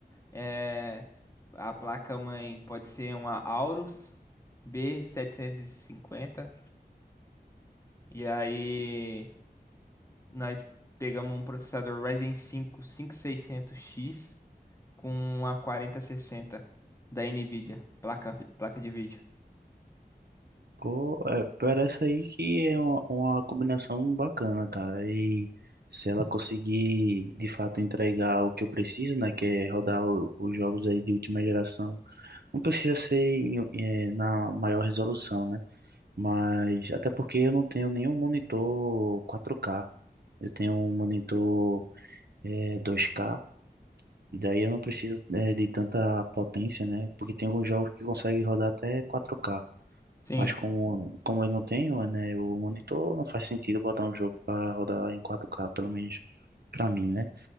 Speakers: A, on the left; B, on the right.
A: É, a placa-mãe pode ser uma Aorus b setecentos e cinquenta E aí. Nós pegamos um processador Ryzen 5 5600X com uma 4060 da Nvidia, placa, placa de vídeo.
B: Pô, é, parece aí que é uma, uma combinação bacana, cara. E se ela conseguir de fato entregar o que eu preciso, né, que é rodar o- os jogos aí de última geração, não precisa ser em- eh, na maior resolução, né? Mas até porque eu não tenho nenhum monitor 4K, eu tenho um monitor eh, 2K. E daí eu não preciso eh, de tanta potência, né? Porque tem alguns jogos que conseguem rodar até 4K.
A: Sim.
B: Mas como, como eu não tenho, né, o monitor não faz sentido botar um jogo para rodar em quatro k pelo menos para mim, né?